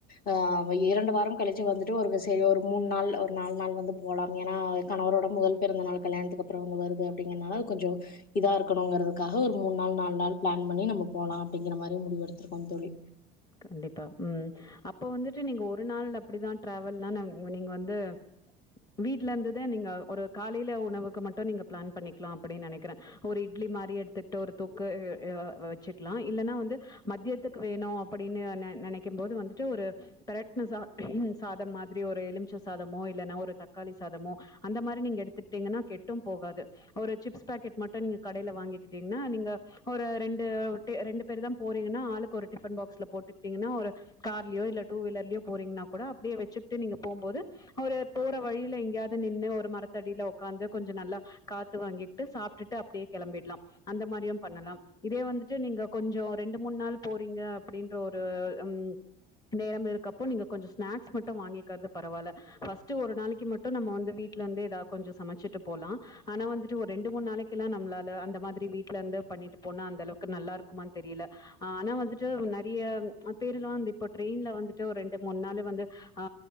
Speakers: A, on the left (about 45°); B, on the left (about 20°).
A: ஆ ஒ இரண்டு வாரம் கழிச்சு வந்துட்டு ஒருக்க சரி ஒரு மூணு நாள் ஒரு நாலு நாள் வந்து போலாம் ஏனா கணவரோட முதல் பிறந்த நாள் கல்யாணத்துக்கப்பறோ ஒன்னு வருது அப்டிங்கிறனால அது கொஞ்சொ இதா இருக்கணுங்கிறதுக்காக ஒரு மூணு நாள் நாலு நாள் பிளான் பண்ணி நம்ம போலா அப்டிங்கிற மாரி முடிவு எடுத்திருக்கோம் தோழி
B: கண்டிப்பா ம் அப்போ வந்துட்டு நீங்க ஒரு நாள் அப்டிதா ட்ராவல்னா நாங் நீங்க வந்து வீட்ல இருந்துத நீங்க ஒரு காலைல உணவுக்கு மட்டு நீங்க பிளான் பண்ணிக்கலா அப்டின்னு நெனைக்கிறே ஒரு இட்லி மாரி எடுத்துக்ட்டு ஒரு தொக்கு எ வச்சுக்கலா இல்லன்னா வந்து மத்தியத்துக்கு வேணு இன்னி ஒன்ன நெனைக்கும் போது வந்துட்டு ஒரு கரெக்ட்னெஸ்ஸா திடீர்னுன்னு சாதம் மாதிரி ஒரு எலுமிச்ச சாதமோ இல்லென்னா ஒரு தக்காளி சாதமோ அந்த மாரி நீங்க எடுத்தட்டீங்கன்னா கெட்டும் போகாது ஒரு சிப்ஸ் பேக்கெட் மட்டு நீங்க கடையில வாங்கிக்கிட்டீங்ன்னா நீங்க ஒரு ரெண்டு ரெண்டு பேரு தா போறீங்கன்னா ஆளுக்கு ஒரு டிபன் பாக்ஸ்ல போட்டுட்டீங்கன்னா ஒரு கார்லயோ இல்ல டூ வீலர்லயோ போறீங்னா கூட அப்படியே வெச்சுட்டு நீங்க போம் போது ஒரு போற வழியில எங்கேயாவது நின்னு ஒரு மரத்தடியில உக்காந்து கொஞ்ச நல்லா காத்து வாங்கிட்டு சாப்ட்டுட்டு அப்படியே கிளம்பிற்லாம் அந்த மாரியும் பண்ணலாம் இதே வந்துட்டு நீங்க கொஞ்சோ ரெண்டு மூன் நாள் போறிங்க அப்படின்ற ஒரு ம் நேரம் இருக்கப்போ நீங்க கொஞ்ச ஸ்நாக்ஸ் மட்டு வாங்கிக்கிறது பரவால்ல ஃபஸ்ட்டு ஒரு நாளைக்கு மட்டு நம்ம வந்து வீட்டுல இந்து எதா கொஞ்ச சமச்சிட்டு போலா ஆனா வந்துட்டு ஒரு ரெண்டு மூன் நாளைக்கெல்லா நம்ளால அந்த மாதிரி வீட்டுல இருந்து பண்ணிட்டு போனா அந்த அளவுக்கு நல்லா இருக்குமான் தெரியல ஆனா வந்துட்டு நெறையா பெருல்லா வந்து இப்போ ட்ரெயின்ல வந்துட்டு ரெண்டு மூன் நாள் வந்து ஆ